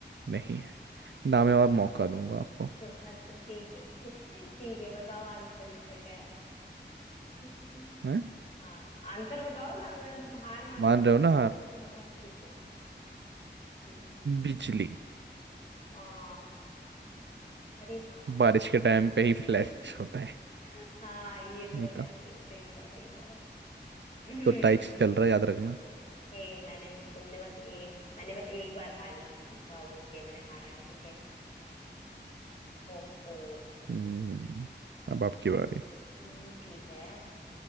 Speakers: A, on the right (about 75°); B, on the left (about 40°).
A: नहीं है ना मैं और मौका दूंगा आपको
B: अच्छा ठीक है <laughs> ठीक है बताओ आंसर इसका क्या है <laughs>
A: हैं
B: हाँ आंसर बताओ ना मैं हार मान
A: मान
B: ली <laughs>
A: रहे हो ना हार
B: हाँ हाँ, हाँ, ठीक है हम्म
A: बिजली
B: आ, अरे हाँ
A: बारिश के टाइम पे ही फ्लैश
B: <laughs>
A: होता है
B: हाँ ये तो
A: वो तो
B: है सही था सही था <clears throat>
A: तो टाइट चल रहा है याद रखना
B: ए मैंने तुमने बस ए मैंने बस एक बार हारी का वो किया मैंने हारा है ठीक है ओहो
A: हम्म अब आपकी बारी
B: हम्म ठीक है